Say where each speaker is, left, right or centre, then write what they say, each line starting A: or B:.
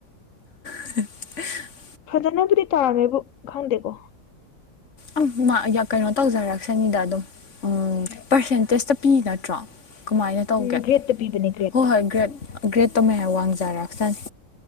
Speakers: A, on the left; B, on the left.
A: ꯍꯤ ꯍꯥ <inaudible>
B: ꯐꯖꯅꯕꯨꯗꯤ ꯇꯥꯔꯝꯃꯦꯕꯨ ꯈꯪꯗꯦꯕꯣ
A: ꯑꯝ ꯃꯥ ꯀꯩꯅꯣ ꯇꯧꯖꯔꯛꯆꯥꯅꯤꯗ ꯑꯗꯨꯝ ꯎꯝ
B: ꯍꯣꯏ
A: ꯄꯁꯁ ꯄꯤ ꯅꯠꯇ꯭ꯔꯣ ꯀꯃꯥꯏꯅ ꯇꯧꯒꯦ
B: ꯎꯝ ꯒ꯭ꯔꯦꯠꯇ ꯄꯤꯕꯅꯦ ꯒ꯭ꯔꯦꯠꯇ
A: ꯍꯣꯏ ꯍꯣꯏ ꯒ꯭ꯔꯦꯠ ꯒ꯭ꯔꯦꯗ ꯇꯧ ꯃꯌꯥꯝ ꯋꯥꯡꯖꯔꯛꯁꯅꯤ